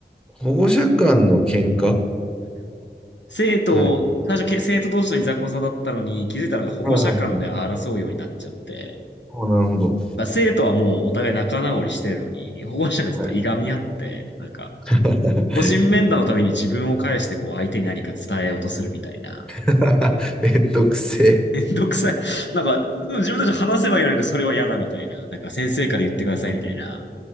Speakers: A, in the centre; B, on the left.
A: 保護者間の喧嘩は
B: 生徒、
A: い。はい
B: 最初け、生徒同士のいざこざだったのに、気づいたのが保護者間で争うようになっちゃって、
A: はいはい。おなるほど。
B: だから生徒はもうお互い仲直りしてるのに、保護者がずっといがみ合って、
A: はい。
B: なんか、
A: <laughs>
B: 個人面談のために自分を介してこう相手に何か伝えようとするみたいな。
A: <laughs> めんどくせ
B: <laughs> めんどくさい。なんか、でも自分たちで話せばいいのにそれは嫌だみたいな。なんか先生から言ってくださいみたいな